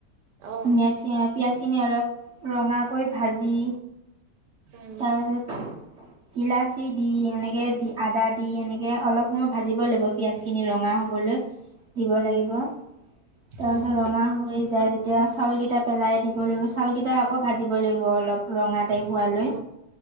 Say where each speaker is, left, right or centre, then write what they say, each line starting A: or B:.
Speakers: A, on the right (about 80°); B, on the right (about 60°).
A: অ',
B: পিঁয়াজ পিঁয়াজখিনি অলপ ৰঙাকৈ ভাজি,
A: উম,
B: তাৰ পিছত ইলাচি দি এনেকে দি আদা দি এনেকে অলপ সময় ভাজিব লাগিব পিয়াজ খিনি ৰং, ৰঙা হ'বলৈ দিব লাগিব তাৰ
A: অ',
B: পিছত ৰঙা হৈ যাই যেতিয়া চাউলকেইটা পেলাই দিব লাগিব চাউলকেইটা আকৌ ভাজিব লাগিব অলপ ৰঙা টাইপ হোৱাল
A: অ